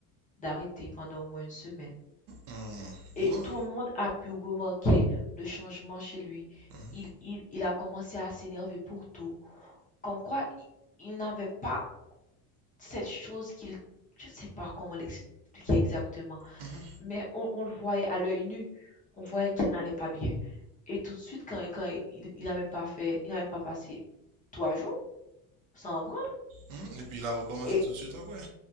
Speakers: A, on the left (about 20°); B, on the right (about 50°).
A: d'arrêter pendant au moins une semaine.
B: Hmm,
A: Et
B: Non.
A: tout le monde a pu remarquer le changement chez lui.
B: Mhm,
A: Il, il, il a commencé à s'énerver pour tout. Comme quoi, il, il n'avait pas cette chose qu'il, je ne sais pas comment l'expliquer exactement,
B: mhm,
A: mais on, on le voyait à l'œil nu, on voyait qu'il n'allait pas bien. Et tout de suite, quand, quand il, il a même pas fait, il a même pas passé trois jours sans en prendre.
B: mhm. Et puis il a recommencé
A: Et
B: tout de suite après.